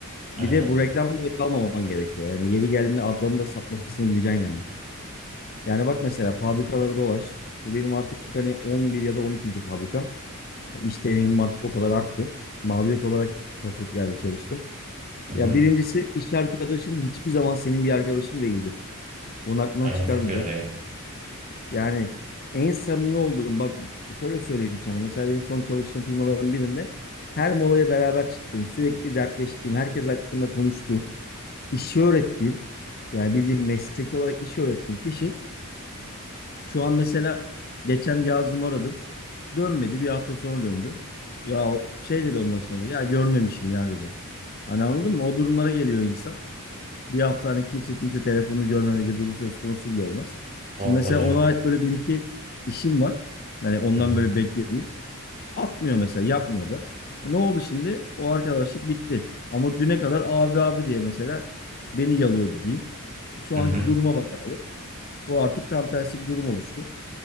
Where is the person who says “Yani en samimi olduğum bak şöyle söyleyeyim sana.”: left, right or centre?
Left